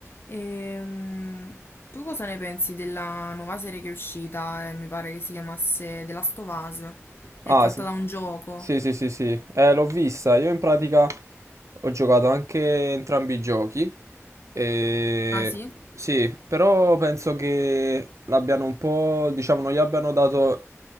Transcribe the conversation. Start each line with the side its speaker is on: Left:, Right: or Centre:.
Left: Ehm, tu cosa ne pensi della nuova serie che è uscita? Eh, mi pare che si chiamasse The Last of Us. È
Right: Ah,
Left: tratta
Right: sì.
Left: da un gioco.
Right: Sì, sì, sì, sì. Eh, l'ho vista. Io in pratica ho giocato anche entrambi i giochi. E...
Left: Ah sì?
Right: Sì, però penso che l'abbiano un po', diciamo, non gli abbiano dato